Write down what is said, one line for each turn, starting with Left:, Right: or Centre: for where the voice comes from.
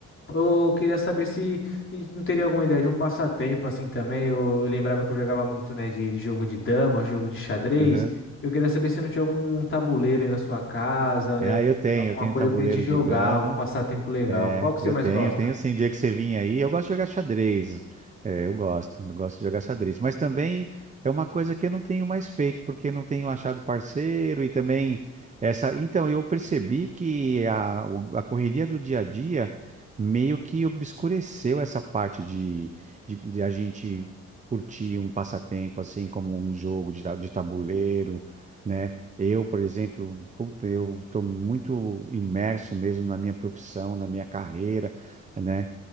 Left: Eu queria saber se a gente não teria alguma ideia de um passatempo assim também. Eu, eu lembrava que eu jogava muito, né, de, de jogo de dama, jogo de xadrez.
Right: Aham.
Left: Eu queria saber se não tinha algum um tabuleiro aí na sua casa, né?
Right: É, ah, eu tenho,
Left: Alguma
Right: eu tenho
Left: coisa
Right: tabuleiro
Left: pra gente jogar,
Right: de dama,
Left: algum passatempo legal.
Right: É,
Left: Qual que você
Right: eu
Left: mais
Right: tenho,
Left: gosta?
Right: eu tenho sim. dia que você vinha aí, eu gosto de jogar xadrez. É, eu gosto, eu gosto de jogar xadrez. Mas também é uma coisa que eu não tenho mais feito, porque não tenho achado parceiro e também essa. Então, eu percebi que a, o- a correria do dia a dia meio que obscureceu essa parte de, de, de a gente curtir um passatempo, assim, como um jogo de, ta- de tabuleiro. né? Eu, por exemplo, puta, eu estou muito imerso mesmo na minha profissão, na minha carreira, né?